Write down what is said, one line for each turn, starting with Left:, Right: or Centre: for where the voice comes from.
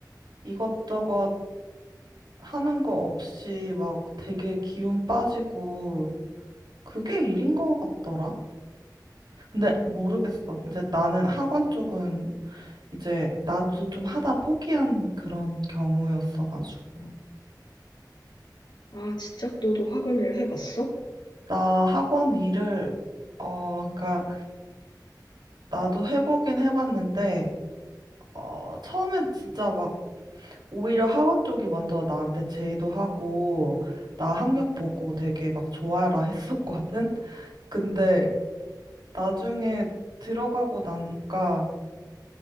Right: 이것저것 하는 거 없이 막 되게 기운 빠지고 그게 일인 것 같더라. 근데 모르겠어. 이제 나는 학원 쪽은 이제 나도 좀 하다 포기한 그런 경우였어가지고.
Left: 아, 진짜? 너도 학원 일 해봤어?
Right: 나 학원 일을, 어, 그러니까 나도 해보긴 해봤는데, 어, 처음엔 진짜 막 오히려 학원 쪽이 먼저 나한테 제의도 하고, 나 학력 보고 되게 막 좋아라 했었거든? 근데 나중에 들어가고 나니까,